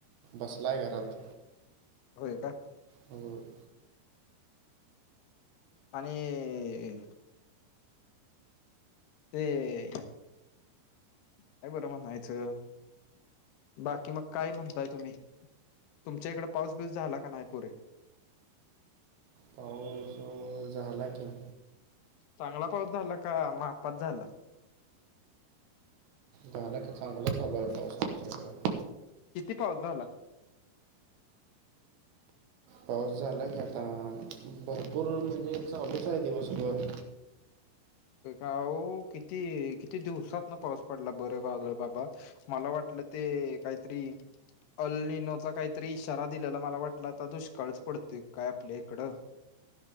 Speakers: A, on the right (about 70°); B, on the left (about 80°).
A: बसलाय घरात.
B: होयं का.
A: होयं-
B: आणिं- ते काय बरं म्हणायचं? बाकी मग काय म्हणतायं तुम्ही? तुमच्या इकड पाऊस बीऊस झाला का नाही पुरे-
A: पाऊस आहो- झाला की.
B: चांगला पाऊस झाला का मापात झाला.
A: झाला की चांगला चालू पाऊस आमच्या हिकड.
B: किती पाऊस झाला?
A: पाऊस झाला की आता भरपूर म्हणजे चालूचं हाय दिवसभर.
B: आहो किती किती दिवसातंन पाऊस पडला बरं झालं बाबा- मला वाटलं ते कायतरी- काल लिनोचा कायतरी इशारा दिलेला मला वाटला आता दुष्काळच पडतोय काय आपल्या हिकडं.